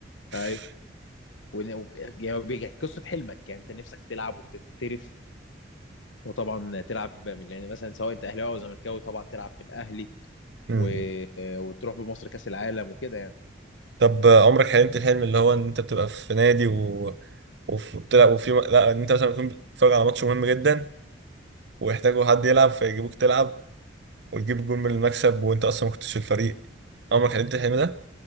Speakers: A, on the right (about 65°); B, on the left (about 80°).
A: <laughs>
B: ايوه ون- و- يعني هو بيحكي قصه حلمك يعني انت نفسك تلعب وتحترف وطبعا تلعب ب- يعني مثلا سواء انت اهلاوي او زملكاوي طبعا تلعب في الاهلي
A: مم.
B: و... وتروح بمصر كاس العالم وكده يعني
A: طب عمرك حلمت الحلم اللي هو ان انت بتبقى في نادي و... وف- وبتلعب وفي لا ان انت مثلا بتكون بتتفرج على ماتش مهم جدا ويحتاجوا حد يلعب فيجيبوك تلعب وتجيب جول من المكسب وانت اصلا ما كنتش في الفريق عمرك حلمت الحلم ده؟